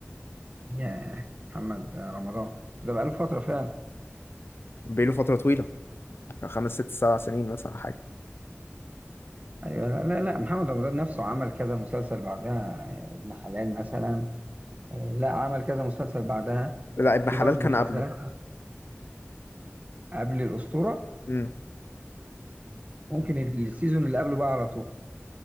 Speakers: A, on the right; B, on the left.
A: ياه محمد رمضان بس ده بقاله فترة فعلا
B: بقاله فترة طويلة كان خمس ست سبع سنين مثلا حاجة
A: أيوة لا لا لا محمد رمضان نفسه عمل كذا مسلسل بعدها ابن حلال مثلا آه، لا عمل كذا مسلسل بعدها
B: لا ابن
A: في
B: حلال
A: برضه
B: كان
A: مسلسلات
B: قبله
A: قبل الأسطورة
B: امم
A: ممكن السيزون اللي قبله بقى على طول